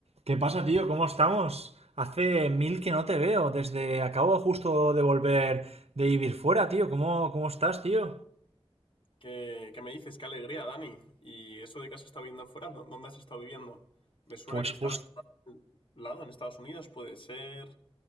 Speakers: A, on the right; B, on the left.
A: ¿Qué pasa, tío? ¿Cómo estamos? Hace mil que no te veo. Desde acabo justo de volver de vivir fuera, tío. ¿Cómo, cómo estás, tío?
B: ¿Qué, qué me dices? Qué alegría, Dani. ¿Y eso de que has estado viviendo fuera? ¿Dó- ¿Dónde has estado viviendo? Me suena
A: Pues
B: que
A: justo,
B: estabas por algún lado, en Estados Unidos, puede ser.